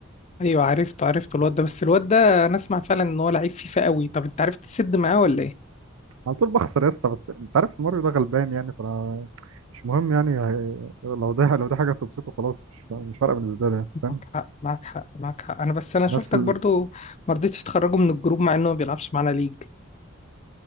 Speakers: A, on the left; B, on the right.
A: ايوه عرفته عرفته الواد ده بس الواد ده انا اسمع فعلا ان هو لعيب فيفا قوي طب انت عرفت تسد معاه ولا ايه
B: على طول بخسر يا اسطى بس أنت عارف ماريو ده غلبان يعني فأنا مش مهم يعني هي- لو ده لو ده حاجة بتبسطه خلاص مش فا- مش فارقة بالنسبة لي يعني، فاهم
A: معاك حق معاك حق معاك حق انا بس انا شفتك
B: نفس ال...
A: برضو ما رضيتش تخرجه من الجروب مع انه ما بيلعبش معانا ليج